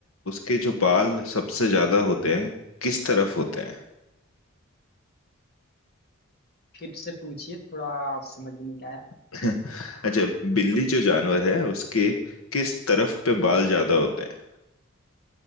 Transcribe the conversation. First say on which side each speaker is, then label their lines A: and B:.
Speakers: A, on the left (about 75°); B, on the left (about 45°).
A: उसके जो बाल सबसे ज्यादा होते हैं किस तरफ होते हैं
B: फिर से पूछिए थोड़ा समझ में नहीं आया
A: <laughs> अच्छा बिल्ली जो जानवर है उसके किस तरफ पे बाल ज्यादा होते हैं